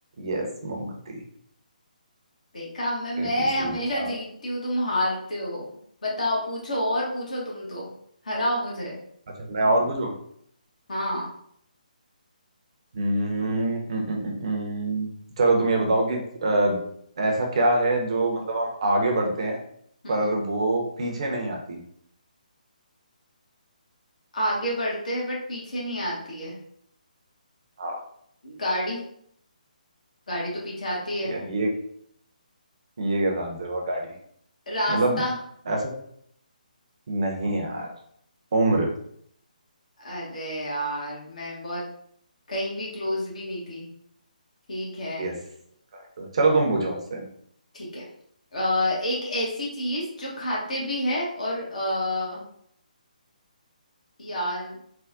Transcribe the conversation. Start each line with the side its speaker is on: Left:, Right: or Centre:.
Right: यस मोमबत्ती
Left: देखा मैं मैं
Right: बिल्कुल सही
Left: हमेशा
Right: जवाब
Left: जीतती हूँ तुम हारते हो बताओ पूछो और पूछो तुम तो हराओ मुझे
Right: अच्छा मैं और पूछूं
Left: हाँ
Right: हम्म, हम्म, हम्म, हम्म, चलो तुम ये बताओ कि अ, ऐसा क्या है जो मतलब हम आगे बढ़ते हैं
Left: हम्म
Right: पर
Left: हम्म।
Right: वो पीछे नहीं आती
Left: आगे बढ़ते हैं बट पीछे नहीं आती है
Right: हाँ
Left: गाड़ी गाड़ी तो पीछे आती है
Right: यार ये ये कैसा आंसर हुआ गाड़ी
Left: रास्ता
Right: मतलब ऐसा नहीं यार उम्र
Left: अरे यार मैं बहुत कहीं भी क्लोज भी नहीं थी ठीक है
Right: यस तो चलो तुम पूछो मुझसे
Left: ठीक है आ, एक ऐसी चीज जो खाते भी है और अ, यार